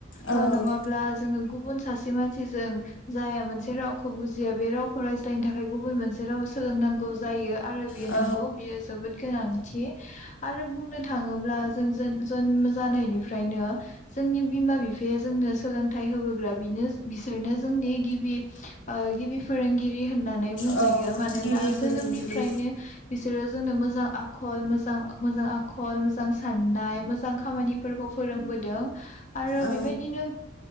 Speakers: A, on the left; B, on the left.
A: औ
B: ओ नङाब्ला जोङो गुब गुबुन सासे मानसिजों जाया मोनसे रावखौ बुजि जिया बे रावखौ रायज्लायनो थाखाय गुबुन मोनसे राव सोलोंनांगौ जायो आरो बेयो
A: औ
B: नंगौ बियो जोबोद गोनांथि आरो बुंनो थाङोब्ला जों जोन जोनोम जानायनिफ्रायनो जोंनि बिमा बिफाया जोंनो सोलोंथाइ होबोग्रा बिनो बिसोरनो जोंनि गिबि ओ गि बि फोरोंगिरि होननानै बुं
A: औ
B: जायो मानोना
A: गिबि फोरोंगिरि
B: जोनोमनिफ्रायनो बिसोरो जोंनो मोजां आखल मोजां मोजां आखल मोजां साननाय मोजां खामानिफोरखौ फोरोंबोदों आरो
A: औ
B: बेबायदिनो